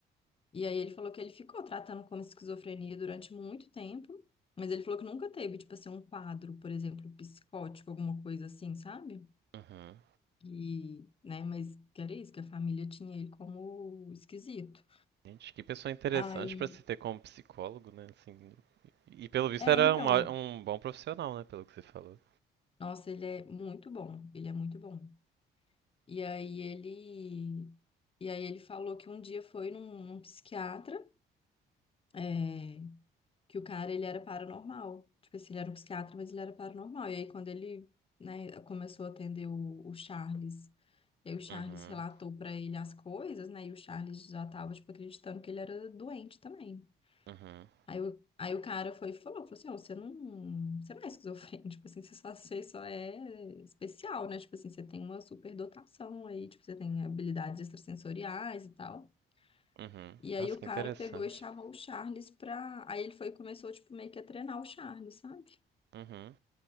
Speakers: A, on the left; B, on the right.
A: E aí ele falou que ele ficou tratando como esquizofrenia durante muito tempo, mas ele falou que nunca teve, tipo assim, um quadro, por exemplo, psicótico, alguma coisa assim, sabe?
B: Uhum.
A: E, né, mas que era isso, que a família tinha ele como esquisito.
B: Gente, que pessoa interessante
A: Aí,
B: pra se ter como psicólogo, né? Assim, e pelo visto
A: é,
B: era
A: então,
B: um, ó- um bom profissional, né? Pelo que você falou.
A: nossa, ele é muito bom, ele é muito bom. E aí ele, e aí ele falou que um dia foi num, num psiquiatra, é, que o cara, ele era paranormal. Tipo assim, ele era um psiquiatra, mas ele era paranormal. E aí, quando ele, né, começou a atender o, o Charles, e aí o Charles
B: Uhum.
A: relatou pra ele as coisas, né, e o Charles já tava, tipo, acreditando que ele era doente também.
B: Uhum.
A: Aí o, aí o cara foi e falou, falou assim, ó, você não, você não é esquizofrênico, <laughs> tipo assim, você só, você só é especial, né, tipo assim, você tem uma superdotação aí, tipo, você tem habilidades extrasensoriais e tal.
B: Uhum.
A: E
B: Nossa,
A: aí o
B: que
A: cara
B: interessante.
A: pegou e chamou o Charles pra. Aí ele foi e começou, tipo, meio que a treinar o Charles, sabe?
B: Uhum.